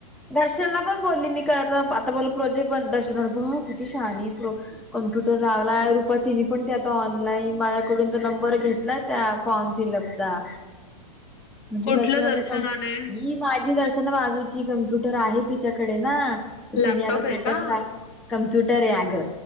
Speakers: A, in the centre; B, on the left.
A: दर्शनाला पण बोलली, मी आता बोल प्रोजेक्ट बन दर्शनावर बघ किती शहाणी बघ कम्प्युटर लावलाय, रुपा तिने पण ते आता ऑनलाईन माझ्याकडून तो नंबर घेतलाय त्या कॉन्टी लगचा म्हणजे
B: कुठलं
A: दर्शनाचा
B: दर्शनाने
A: काम, मी माझी दर्शना बाजूची कम्प्युटर आहे तिच्याकडे ना. तर
B: लॅपटॉप
A: तिने आता
B: आहे
A: सेटअप,
B: का?
A: कम्प्युटराय अग.